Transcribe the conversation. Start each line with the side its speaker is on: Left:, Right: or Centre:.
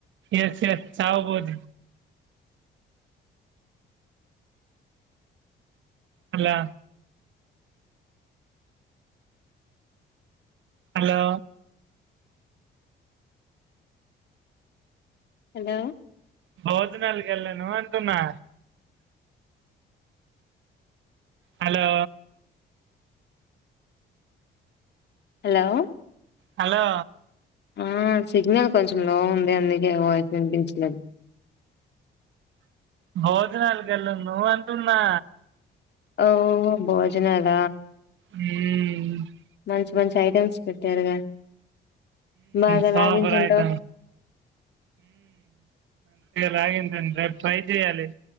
Right: ఎస్ ఎస్ చవు బోజ అలా హలో
Left: హలో
Right: బౌతు నాలుగల్ను న్నా హలో
Left: హలో
Right: హలో
Left: ఆ సిగ్నల్ కొంచెం లో ఉంది అందుకే వాయిస్ వినిపించలేదు
Right: బజనా కలు నుో అంటన్నా
Left: ఓహో భోజనాల
Right: ఉ
Left: మంచి మంచి ఐటమ్స్ పెట్టారుగా బాగా
Right: సప
Left: లాగించుంటావు
Right: రాయత రాగిందండి రేపు ట్రై చెయ్యాలి